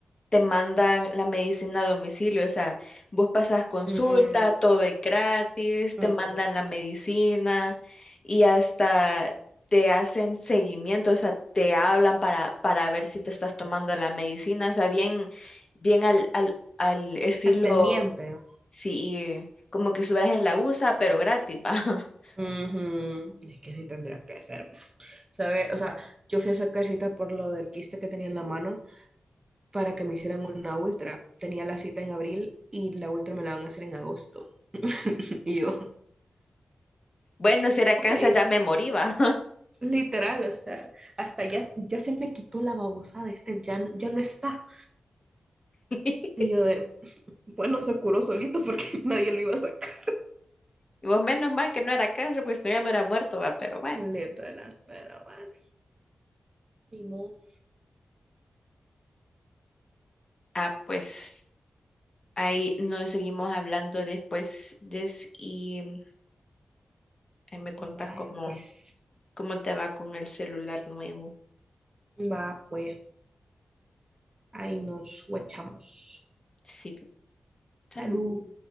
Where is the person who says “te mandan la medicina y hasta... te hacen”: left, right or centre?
Left